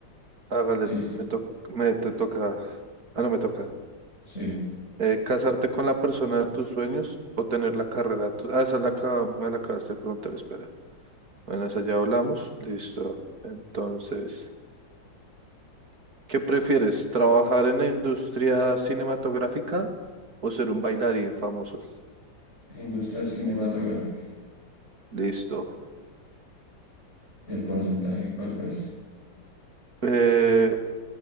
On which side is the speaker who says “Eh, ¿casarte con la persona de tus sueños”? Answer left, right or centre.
Right